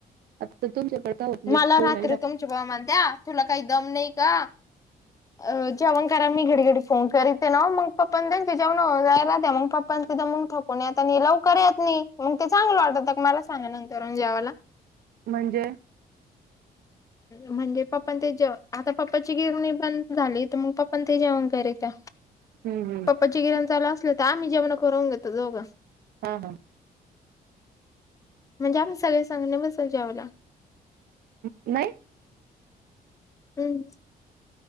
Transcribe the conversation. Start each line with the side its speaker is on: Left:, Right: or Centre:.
Right: आता तुमच्याकडे होत
Left: मला
Right: फोन
Left: रात्री
Right: आहे ना
Left: तुमचे भाऊ म्हणत्या तुला काही दम नाही का
Right: <unintelligible>
Left: अ जेवण करा मी घडी घडी फोन करी ते नाव मग पप्प त्यां जेवणला त्या मग पप्प ति मगो कोणी आता लवकर येत नाही मग ते चांगलं वाटत मला सांगा नंतर जेवाला
Right: म्हणजे <unintelligible>
Left: म्हणजे पप्पा ते जे आता पप्पाची गिरणी बंद झाली तर मग पप्प ते जेवण करीत्या
Right: हम्म हम्
Left: पप्पाची गिरण चालू असले तर आम्ही जेवण करून घेतो दोघ
Right: हा हा
Left: म्हणजे आम्ही सगळे सांगणे बसल जेवाला
Right: नाही
Left: हम्म